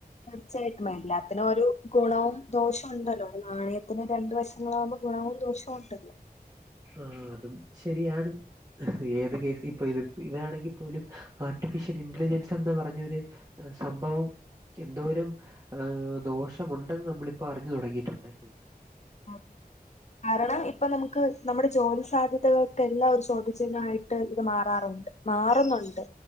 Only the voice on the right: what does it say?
ആഹ് അതും ശരിയാണ് ഏത് കേസ് ഇപ്പൊ ഇത് ഇതാണെങ്കിൽ പോലും ആർട്ടിഫിഷ്യൽ ഇന്റലിജൻസ് എന്ന് പറഞ്ഞൊരു സംഭവം എന്തോരം ഏ ദോഷമുണ്ടെന്ന് നമ്മളിപ്പം അറിഞ് തൊടങ്ങിയിട്ടുണ്ടല്ലേ